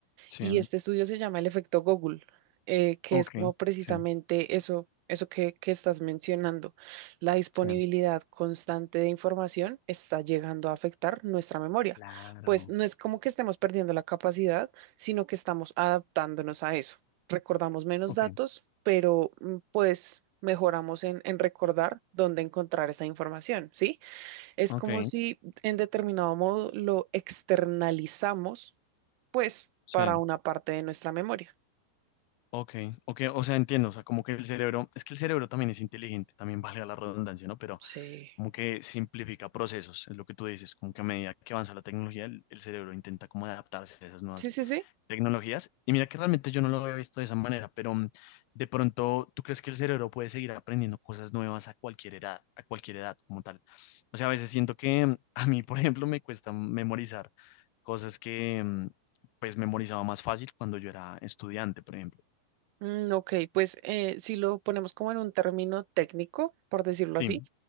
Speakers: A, on the left; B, on the right.
A: sí,
B: Y este estudio se llama el efecto Google, eh, que
A: ok,
B: es como precisamente
A: sí,
B: eso, eso que, que estás mencionando. La disponibilidad
A: sí,
B: constante de información está llegando a afectar nuestra memoria.
A: claro,
B: Pues no es como que estemos perdiendo la capacidad, sino que estamos adaptándonos a eso. Recordamos menos
A: ok,
B: datos, pero mm, pues mejoramos en, en recordar dónde encontrar esa información, ¿sí? Es
A: ok,
B: como si en determinado modo lo externalizamos pues
A: sí,
B: para una parte de nuestra memoria.
A: ok, ok, o sea, entiendo, o sea, como que el cerebro, es que el cerebro también es inteligente, también <laughs> vale la redundancia, ¿no? Pero
B: Sí,
A: como que simplifica procesos, es lo que tú dices, como que a medida que avanza la tecnología, el, el cerebro intenta como adaptarse a esas nuevas
B: sí, sí, sí.
A: tecnologías. Y mira que realmente yo no lo había visto de esa manera, pero mm, de pronto, ¿tú crees que el cerebro puede seguir aprendiendo cosas nuevas a cualquier edad, a cualquier edad como tal? O sea, a veces siento que mm, a mí, por ejemplo, me cuesta memorizar cosas que mm, pues memorizaba más fácil cuando yo era estudiante, por ejemplo.
B: Mm, ok, pues eh, si lo ponemos como en un término técnico, por decirlo
A: Sí,
B: así,